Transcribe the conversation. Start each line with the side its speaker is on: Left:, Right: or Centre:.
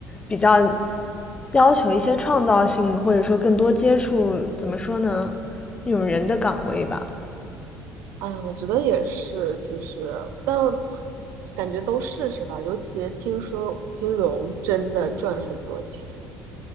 Left: 比较要求一些创造性，或者说更多接触，怎么说呢，那种人的岗位吧。
Right: 哎呀我觉得也是，其实但感觉都试试吧，尤其听说金融真的赚很多钱。